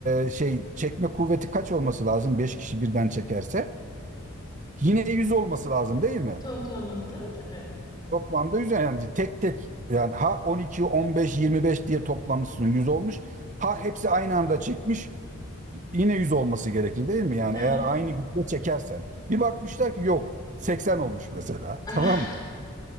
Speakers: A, on the right (about 35°); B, on the left (about 20°).
A: e, şey çekme kuvveti kaç olması lazım? 5 kişi birden çekerse. Yine 100 olması lazım değil mi?
B: Toplamında tabii.
A: Toplamda 100 yani tek tek yani ha 12, 15, 25 diye toplamışsın 100 olmuş. Ha hepsi aynı anda çekmiş. yine 100 olması gerekir değil mi? Yani
B: Aha.
A: eğer aynı güçle çekersen. Bir bakmışlar ki yok 80 olmuş mesela
B: <laughs>
A: <laughs> tamam mı?